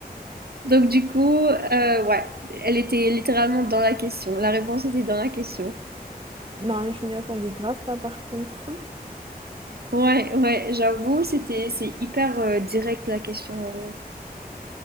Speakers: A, on the right; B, on the right.
A: Donc du coup, euh, ouais, elle était littéralement dans la question. La réponse était dans la question.
B: Non, je m'y attendais grave pas par contre.
A: Ouais, ouais, j'avoue, c'était, c'est hyper euh, direct la question en vrai.